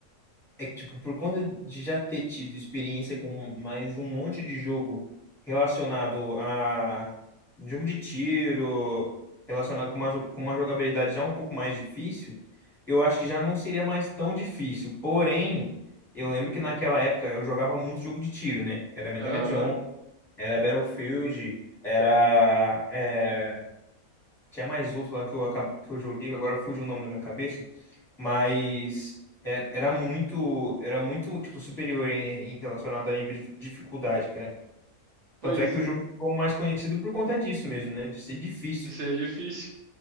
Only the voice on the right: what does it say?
Aham.
Pois,
isso é difícil.